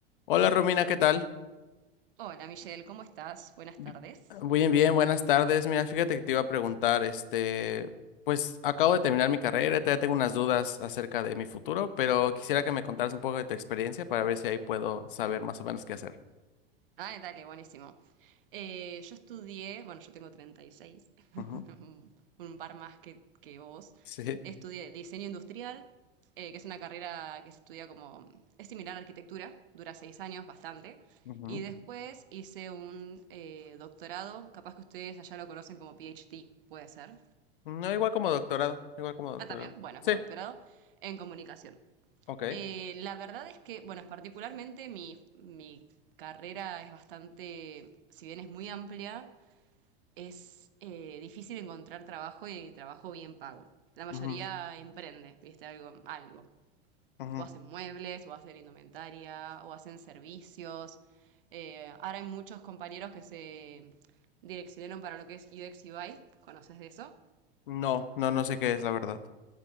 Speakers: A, on the left; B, on the right.
A: Hola Romina, ¿qué tal?
B: Hola Michelle, ¿cómo estás? Buenas
A: Bi-
B: tardes.
A: Bien, bien, buenas tardes. Mira, fíjate que te iba a preguntar, este, pues acabo de terminar mi carrera, todavía tengo unas dudas acerca de mi futuro, pero quisiera que me contaras un poco de tu experiencia para ver si ahí puedo saber más o menos qué hacer.
B: Ah, dale, buenísimo. Eh, yo estudié, bueno, yo tengo 36, <laughs>
A: Ujú,
B: un par más que, que vos.
A: Sí.
B: Estudié diseño industrial, eh, que es una carrera que se estudia como, es similar a arquitectura, dura seis años, bastante.
A: ujú.
B: Y después hice un eh, doctorado, capaz que ustedes allá lo conocen como PhD, puede ser.
A: No, igual como doctorado, igual como doctorado.
B: Ah, también, bueno,
A: Sí,
B: con doctorado en comunicación.
A: ok.
B: Eh, la verdad es que, bueno, particularmente mi, mi carrera es bastante, si bien es muy amplia, es eh, difícil encontrar trabajo y trabajo bien pago. La mayoría
A: Ujú,
B: emprende, viste, algo, algo.
A: ujú.
B: O hacen muebles, o hacen indumentaria, o hacen servicios. Eh, ahora hay muchos compañeros que se direccionaron para lo que es UX UI, ¿conoces de eso?
A: No, no, no sé qué es la verdad.